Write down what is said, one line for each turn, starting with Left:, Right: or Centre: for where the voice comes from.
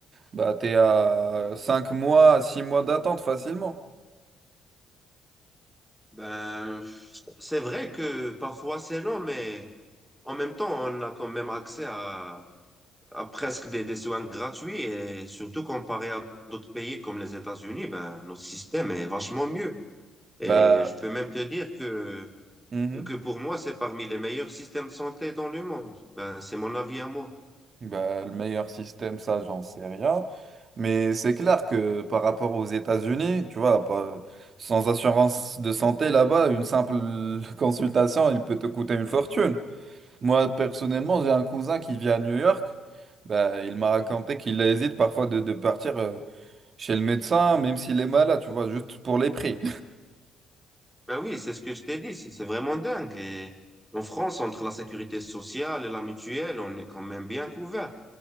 Right: bah t'es à 5 mois, 6 mois d'attente facilement.
Centre: Ben, c'est vrai que parfois c'est long, mais en même temps, on a quand même accès à, à presque des, des soins gratuits et surtout comparé à d'autres pays comme les États-Unis, ben, notre système est vachement mieux. Et
Right: Bah.
Centre: je peux même te dire que,
Right: mhm.
Centre: que pour moi, c'est parmi les meilleurs systèmes de santé dans le monde. Ben, c'est mon avis à moi.
Right: Bah, le meilleur système, ça, j'en sais rien. Mais c'est clair que par rapport aux États-Unis, tu vois, pas- sans assurance de santé là-bas, une simple <laughs> consultation, il peut te coûter une fortune. Moi, personnellement, j'ai un cousin qui vit à New York. Bah, il m'a raconté qu'il hésite parfois de, de partir euh, chez le médecin, même s'il est malade, tu vois, juste pour les prix.
Centre: Ben oui, c'est ce que je t'ai dit, c'est c'est vraiment dingue. Et en France, entre la sécurité sociale et la mutuelle, on est quand même bien couvert.